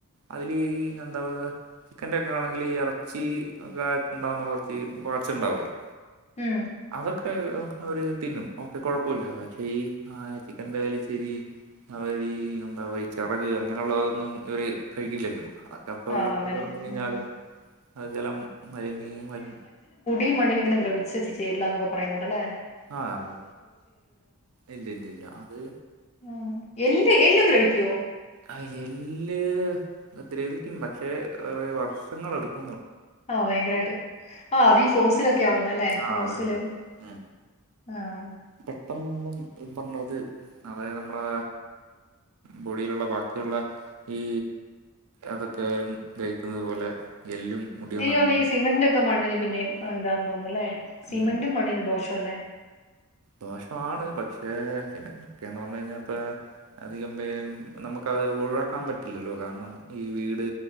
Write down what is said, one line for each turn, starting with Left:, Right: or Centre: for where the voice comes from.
Right: അതില് എന്താ പറ ചിക്കന്റെ ഒക്കെ ആണെങ്കിൽ ഈ ഇറച്ചി ഒക്കെ ആയിട്ട്ണ്ടാവുന്ന കുറച്ച് പാച്ച ഉണ്ടാവല്ലോ
Left: ഉം
Right: അവൊക്ക് അവര് തിന്നും ഓക്കെ കുഴപ്പമില്ല പക്ഷെ ഈ ആ ചിക്കന്റെയാലി ശരി അവർ ഈ എന്താ ഈ ചിറക് അങ്ങനെയുള്ളതൊന്നും ഇവര് കഴിക്കില്ലല്ലോ അതൊക്കെ അപ്പ
Left: ആഹ്
Right: വെളളത്തില്
Left: അങ്ങനെ
Right: കിടന്ന കഴിഞ്ഞാലും
Left: ഉം
Right: അത് ജലം മലിനീ മലി
Left: ഈ മണ്ണിൽയിങ്ങനെ ദ്രവിച്ചു ചേരില്ല എന്നന്നൊക്കെ പറയുണ്ട് അല്ലേ
Right: ആഹ് ഇല്ല ഇല്ല ഇല്ല അത്
Left: ഉം എല്ല് എല്ല് ദ്രവിക്കുവോ
Right: ആഹ് എല്ല് ദ്രവിക്കും പക്ഷേ വർഷങ്ങള് എടുക്കും
Left: ആഹ് ഭയങ്കരായിട്ട് ആഹ് അതീ ഫോസിലൊക്കെ ആവുന്ന അല്ലേ
Right: ആ
Left: ഫോസില്
Right: അതെ അതെ ഉം
Left: ആഹ്
Right: പെട്ടെന്നൊന്നും പറഞ്ഞത് അതായത് നമ്മളാ ബൊഡിയിലുള്ള ബാക്കിയുള്ള ഈ അതൊക്കെ ആലും ദഹിക്കുന്നത് പോലെ എല്ലും മുടിയൊന്നും
Left: എനിക്ക്
Right: അങ്ങനെ
Left: തോന്നുന്നു ഈ സിമന്റ ഒക്കെ മണ്ണിൽ പിന്നെ ഇതാെന്ന് തോന്നുന്നല്ലേ സിമെന്റും
Right: ഉം
Left: മണ്ണിന് ദോഷ അല്ലേ
Right: ദോഷമാണ് പക്ഷേ സിമന്റ്ക്കേ ന് പറഞ്ഞ് കഴിഞ്ഞാ ഇപ്പ അധികം പേരും നമുക്ക് അത് ഒഴിവാക്കാൻ പറ്റില്ലല്ലോ കാരണം ഈ വീട്